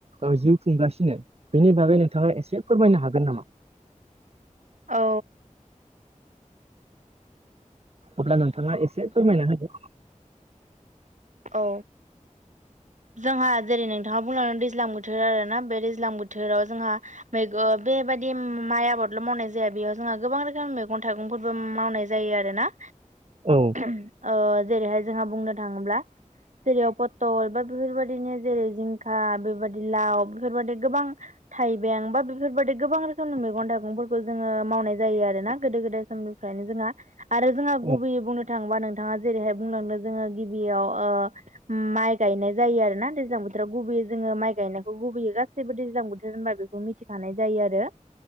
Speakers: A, on the right; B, on the right.
A: ओ जिउ खुंगासिनो, बेनि बागै नोंथाङा एसे फोरमायनो हागोन नामा?
B: औ।
A: अब्ला नोंथाङा एसे फोरमायना होदो।
B: औ। जोंहा जेरै नोंथाङा बुंलांदों दैज्लां बोथोर आरो ना बे दैज्लां बोथोराव जोंहा मैगं बेबायदि माइ आबादल' मावनाय जाया। बेयाव जोंहा गोबां रोखोम मैगं थाइगंफोरबो मावनाय जा जायो आरो ना।
A: औ।
B: <unintelligible> ओ जेरैहाय जोंहा बुंनो थाङोब्ला जेरैयाव पथल बा बेफोरबायदिनो जेरै जिंखा बेबादि लाव बेफोरबादि गोबां थाइबें बा बेफोरबायदि गोबां रोखोमनि मैगं थाइगंफोरखौ जोङो मावनाय जायो आरो ना गोदो गोदाय सम फ्रायनो जोंहा आरो जोंहा
A: औ
B: गुबैयै बुंनो थाङोबा नोंथाङा जेरैहाय बुंलांदों जोङो गिबियाव ओ ओम माइ गायनाय जायो आरो ना दैज्लां बोथोराव गुबैयो जोङो माइ गायनायखौ गुबैयो गासैबो दैज्लां बोथोर होनबा बेखौ मि थिखानाय जायो आरो।